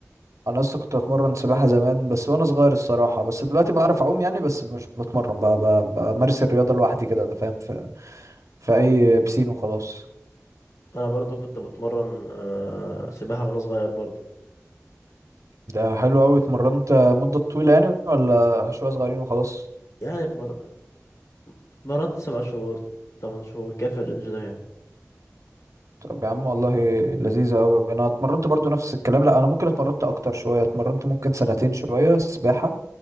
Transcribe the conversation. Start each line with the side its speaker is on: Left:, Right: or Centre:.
Right: انا اصلا كنت بتمرن سباحه زمان بس وانا صغير الصراحه بس دلوقتي بعرف اعوم يعني بس مش بتمرن بقى بقى- بمارس الرياضه لوحدي كده فاهم في في اي بسين وخلاص
Left: انا برضو كنت بتمرن آه، سباحة وانا صغير برضو
Right: ده حلو قوي اتمرنت مده طويله يعني ولا شويه صغيرين وخلاص
Left: يعني اتمر- اتمرنت سبع شهور تمن شهور كيف الرينج ده يعني
Right: طب يا عم والله لذيذه قوي انا اتمرنت برضو نفس الكلام لا انا ممكن اتمرنت اكتر شويه اتمرنت ممكن سنتين شويه سباحه